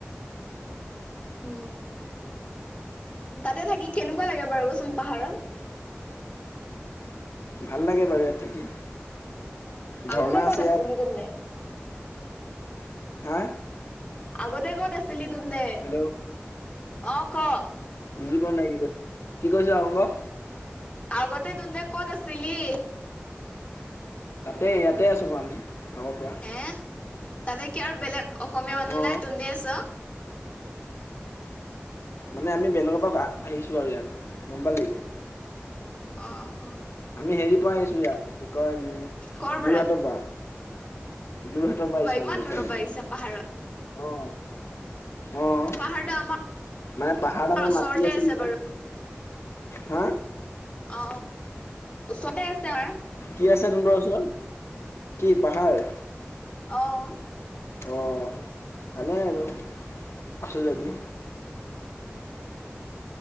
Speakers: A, on the left; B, on the left.
A: উম তাতে থাকি কেনেকুৱা লাগে বাৰু কচোন পাহাৰত?
B: ভাল লাগে বাৰু ইয়াত থাকি।
A: অ'
B: ঝৰ্ণা
A: আগতে ক'ত
B: আছে ইয়াত
A: আছিলি তেন্তে?
B: হা?
A: আগতে ক'ত আছিলি তেন্তে?
B: হেল্ল'
A: অ' ক'।
B: বুজি পোৱা নাই কি কৈছ, কি কৈছ আকৌ ক।
A: আগতে তহঁতে ক'ত আছিলি?
B: তাতে ইয়াতে আছো আকৌ আমি আগৰ পৰা।
A: হে তাতে কি আৰু বেলেগ অসমীয়া মানুহ
B: অ
A: নাই তুহতে আছ?
B: মানে আমি বেলেগৰ পৰা আহিছো আৰু ইয়াত, গম পালি।
A: অ' অ'।
B: আমি হেৰি পৰা আহছো ইয়াত, কি কয়
A: কৰ পৰা
B: যোৰহাটৰ পৰা। যোৰহাটৰ পৰা আহিছো
A: ইমান
B: অমি এইফালে,
A: দূৰৰ পৰা আহিছা পাহাৰত
B: অ'। অ'
A: পাহাৰটো আমাৰ
B: মানে পাহাৰত আমাৰ
A: ওচৰতে
B: মাটি আছিল
A: আছে
B: যে।
A: বাৰু
B: হা
A: অ। চবে আছে আৰু।
B: কি আছে তহঁতৰ ওচৰত কি পাহাৰ?
A: অ'।
B: অ' ভালেই আৰু, আছ যদি।